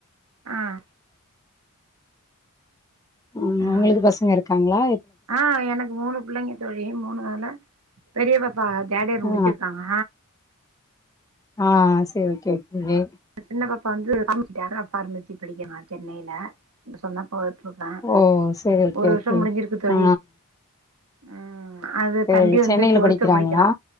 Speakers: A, on the right; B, on the left.
A: ஆ
B: ம்,
A: ஆ
B: உங்களுக்கு
A: அது
B: பசங்க இருக்காங்ளா
A: ஆ எனக்கு மூணு புள்ளைங்க தோழி, மூணுல பெரிய பாப் பா தேர்டு இயர்
B: ஆ
A: முடிச்சிருக்காங்க
B: ஆ சேரி ஓகே தோழி
A: சின்ன பாப்பா வந்து ஃபார்மசி டாக்டர் ஆஃப் ஃபார்மசி படிக்கிறாங்க சென்னையில இப்ப சொன்னப்ப ட்டுருக்கா
B: ஓ சரி ஓகே
A: ஒரு வருஷ
B: ஓகே
A: முடிஞ்சிருக்கு தோழி,
B: ஆ
A: ம், அது
B: சரி
A: தம்பி வந்து
B: சென்னையில
A: டுவெல்த்
B: படிக்கிறாங்களா
A: படிக்கிறா,